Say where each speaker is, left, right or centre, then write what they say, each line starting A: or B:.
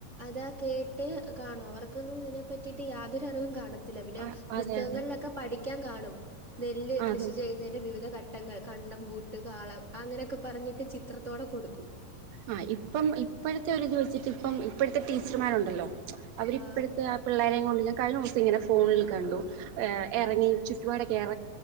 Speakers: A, on the right; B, on the right.
A: താ കേട്ട് കാണും. അവർക്കൊന്നുയിതിനെ പറ്റിട്ട് യാതൊരുറിവും കാണത്തി ല്ല. പിന്നെ
B: ആഹ്
A: പുസ്തകങ്ങളിലൊക്കെ
B: അതെ അതെ
A: പഠിക്കാൻ കാണും. നെല്ല്
B: ആ
A: കൃഷി
B: അത്
A: ചെയ്യുന്നതിന്റെ വിവിധ ഘട്ടങ്ങൾ. കണ്ടം ബൂട്ട്, കാളം. അങ്ങനെയെക്കെ പറഞ്ഞിട്ട് ചിത്രത്തോടെ കൊടുക്കും.
B: ആ ഇപ്പം ഇപ്പഴത്തെ ഒരുതുവെച്ചിട്ട് ഇപ്പം ഇപ്പഴത്തെ ടീച്ചറുമാരൊണ്ടല്ലോ. അവരിപ്പഴത്തെ
A: ആഹ്
B: ആ പിള്ളോരേം കൊണ്ട് ഞാൻ കഴിഞ്ഞ ദിവസിങ്ങനെ ഫോണിൽ കണ്ടു. എ എറങ്ങി ചുറ്റുപാടൊക്കെ എറങ്ങി